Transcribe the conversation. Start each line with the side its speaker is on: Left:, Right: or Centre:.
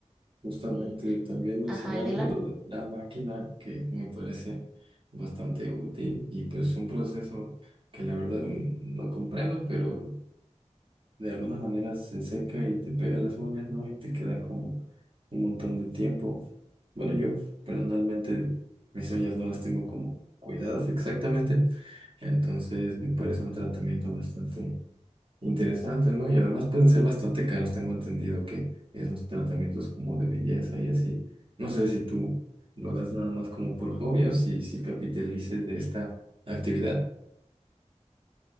Right: Justamente
Centre: Y,
Right: también mencionando
Centre: ajá, el nail art,
Right: lo de la máquina que me parece bastante útil y pues un proceso que la verdad no comprendo, pero de alguna manera se seca y te pega las uñas, ¿no? Y te queda como un montón de tiempo. Bueno, yo personalmente mis uñas no las tengo como cuidadas exactamente, entonces me parece un tratamiento bastante Interesante, ¿no? Y además pueden ser bastante caros, tengo entendido que esos tratamientos como de belleza y así. No sé si tú lo hagas nada más como por hobby o si, si capitalices de esta actividad.